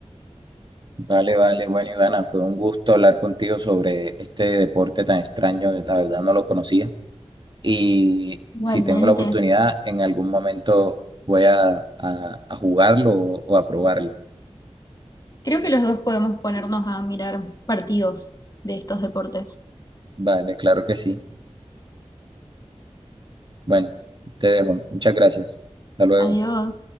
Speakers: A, on the right (about 45°); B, on the left (about 35°).
A: Vale, vale. Bueno, Ivana, fue un gusto hablar contigo sobre este deporte tan extraño. La verdad no lo conocía. Y
B: Igualmente,
A: si tengo la oportunidad, en algún momento voy a, a- a jugarlo o, o a probarlo.
B: creo que los dos podemos ponernos a mirar partidos de estos deportes.
A: Vale, claro que sí. Bueno, te dejo. Muchas gracias. Hasta luego.
B: Adiós.